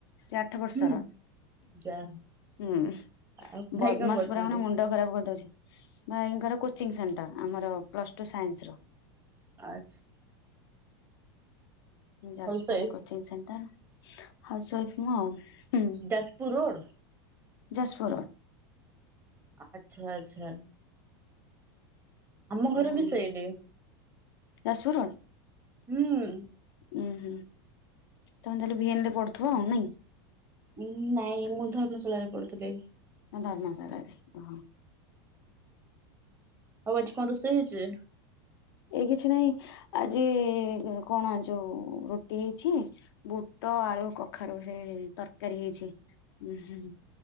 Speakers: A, on the left; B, on the right.
A: ସେ ଆଠ ବର୍ଷର।
B: ହୁଁ ଯା
A: ହୁଁ
B: ଆଉ ଭାଇ
A: ବଦମାସ
B: କଣ କରୁଛନ୍ତି?
A: ପୁରା ମାନେ ମୁଣ୍ଡ ଖରାପ କରିଦଉଛି। ଭାଇଙ୍କର କୋଚିଂ ସେଣ୍ଟର ଆମର ପ୍ଲସ ଟୁ ସାଇନ୍ସ ର।
B: ଆଛ
A: ଯାଜପୁରରେ
B: ହାଉସ wife
A: coaching centre house wife ମୁଁ ଆଉ। ହୁଁ
B: ଯାଜପୁର ରୋଡ
A: ଯାଜପୁର ରୋଡ଼୍।
B: ଆଚ୍ଛା ଆଚ୍ଛା। ଆମ ଘର
A: ଏ ହୁଁ
B: ବି ସେଇଠି
A: ଯାଜପୁର ରୋଡ଼୍।
B: ହୁଁ।
A: ଉୁଁ ହୁଁ ତମେ ତାହେଲେ ଭି ଏନ ରେ ପଡ଼ୁଥିବ ଆଉ ନାଇଁ?
B: ଉଁ ନାଇଁ ମୁଁ ଧର୍ମଶଳାରେ ପଢ଼ୁଥିଲି।
A: ମୁଁ ଧର୍ମଶାଳା ରେ ହଁ।
B: ଆଉ ଆଜି କନ୍ ରୋଷେଇ ହେଇଛି।
A: ଏ କିଛି ନାହିଁ ଆଜି କଣ ଆ ଯୋଉ ରୁଟି ହେଇଛି। ବୁତ ଆଳୁ କଖାରୁ ରେ ତରକାରୀ ହେଇଛି ଉଁ ହୁଁ।